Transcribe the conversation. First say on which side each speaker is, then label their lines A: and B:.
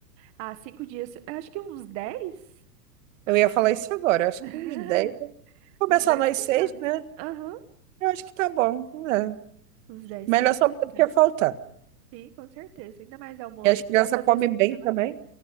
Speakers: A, on the right; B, on the right.
A: Ah, cinco dias. eu Acho que uns dez
B: eu ia falar isso agora. Acho
A: <laughs>
B: que uns dez Começar
A: Uns 10
B: nós
A: quilos
B: seis,
A: dá, né?
B: né?
A: Aham.
B: Eu acho que tá bom. né?
A: Uns 10
B: Melhor
A: quilos
B: sobrar
A: de
B: do
A: carne.
B: que faltar.
A: Sim, com certeza. Ainda mais almoço
B: E as crianças
A: e janta, às
B: comem
A: vezes você vai
B: bem também.
A: levar.